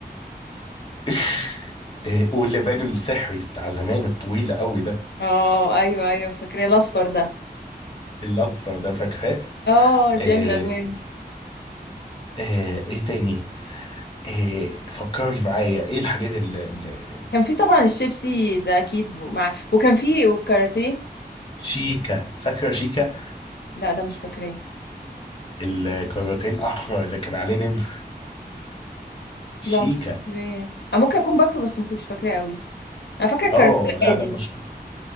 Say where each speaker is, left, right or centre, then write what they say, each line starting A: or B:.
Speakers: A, on the left (about 30°); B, on the left (about 85°).
A: <laughs> إيه، واللبان السحري بتاع زمان الطويل قوي ده
B: اه ايوه ايوه فاكره الاصفر ده
A: الاصفر ده فاكراه
B: اه بيعمل
A: ايه,
B: الوان
A: ايه, ايه تاني ايه فكري معايا ايه الحاجات اللي اللي-
B: كان في طبعا الشيبسي ده اكيد مع وكان في والكاراتيه
A: شيكا فاكره شيكا
B: لا ده مش فاكراه
A: الكاراتيه الاحمر اللي كان عليه نمر شيكا
B: لا مش فاكراه أنا ممكن اكون باكله بس ما كنتش فاكراه قوي انا فاكره الكاراتيه
A: اه لا
B: عادي
A: ده مش